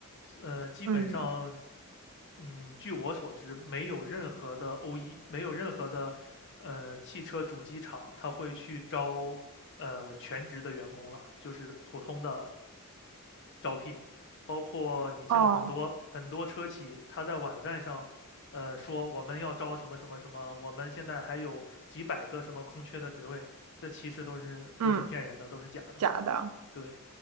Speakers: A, on the left; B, on the right.
A: 呃，基本上，
B: 嗯，
A: 嗯，据我所知，没有任何的 OE，没有任何的呃汽车主机厂，他会去招呃全职的员工了，就是普通的招聘。包括你像很多很多车企，
B: 哦，
A: 他在网站上，呃，说我们要招什么什么什么，我们现在还有几百个什么空缺的职位，这其实都是都是骗人的，
B: 嗯，
A: 都是假的。
B: 假的，
A: 对，